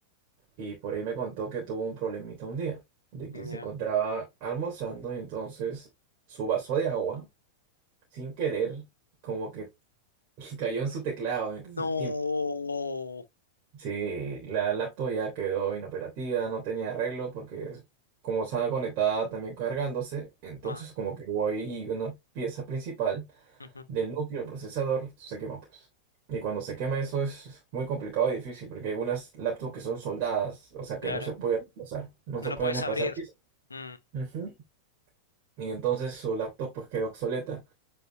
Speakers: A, on the right; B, on the left.
A: y por ahí me contó que tuvo un problemita un día, de que
B: Ya.
A: se encontraba almorzando y entonces su vaso de agua, sin querer, como que <laughs> cayó en su teclado. Entonces,
B: No.
A: Sí, la laptop ya quedó inoperativa, no tenía arreglo porque es- como estaba conectada también cargándose, entonces
B: Ah,
A: como que hubo ahí una pieza principal
B: ujú,
A: del núcleo del procesador se quemó pues. Y cuando se quema eso es muy complicado y difícil porque hay algunas laptops que son soldadas, o sea que
B: claro.
A: no se puede reemplazar, no se
B: No lo
A: pueden
B: puedes
A: reemplazar
B: abrir.
A: piezas.
B: Mm.
A: Ujú. Y entonces su laptop pues quedó obsoleta.